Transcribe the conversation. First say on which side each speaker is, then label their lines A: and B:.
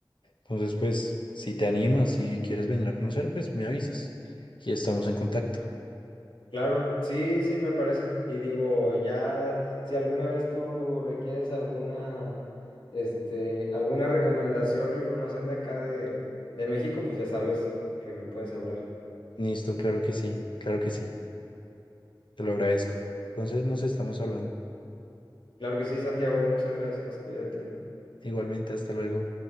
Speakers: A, on the left; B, on the left.
A: Entonces, pues, si te animas, si quieres venir a conocer, pues me avisas y estamos en contacto.
B: Claro, sí, sí, me parece. Y digo, ya, si alguna vez tú requieres alguna, este, alguna recomendación o información de acá de, de México, pues ya sabes que me puedes hablar.
A: Listo, claro que sí, claro que sí, te lo agradezco. Entonces, nos estamos hablando.
B: Claro que sí, Santiago, muchas gracias, cuídate.
A: Igualmente, hasta luego.